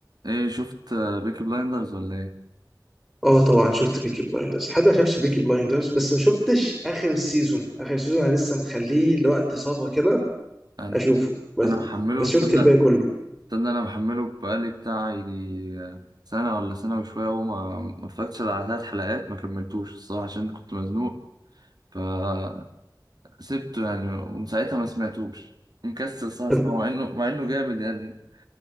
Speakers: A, on the right; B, in the centre.
A: ايه شفت بيكي بلايندرز ولا ايه
B: اه طبعا شفت بيكي بلايندرز حد ما شافش بيكي بلايندرز بس ما شفتش اخر سيزون اخر سيزون انا لسه مخليه لوقت صفا كده
A: انا
B: اشوفه بس
A: انا محمله
B: بس شفت
A: تصدق
B: الباقي كله
A: تصدق انا محمله بقالي بتاع يجي آه، سنه ولا سنه وشويه وما ما اتفرجتش إلا على ثلاث حلقات ما كملتوش الصراحه عشان كنت مزنوق فسبته يعني ومن ساعتها ما سمعتوش مكسل الصراحه
B: طب
A: اسمعه مع انه مع انه جامد يعني